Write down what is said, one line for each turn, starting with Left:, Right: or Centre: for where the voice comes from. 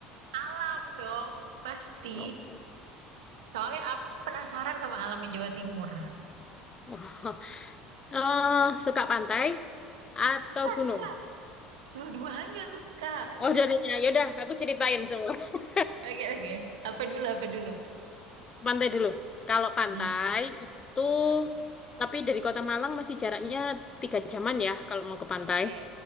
Right: Alam dong pasti.
Left: Oke.
Right: Soalnya aku penasaran sama alamnya Jawa Timur.
Left: <laughs> Eh, suka pantai atau
Right: Suka
Left: gunung?
Right: suka. Dua-duanya suka.
Left: Oh, udah, udah, ya udah, aku ceritain semua. <laughs>
Right: Oke oke. Apa dulu apa dulu?
Left: Pantai dulu. Kalau pantai
Right: Hmm.
Left: itu,
Right: hmm.
Left: tapi dari Kota Malang masih jaraknya tiga jaman ya kalau mau ke pantai.
Right: Oke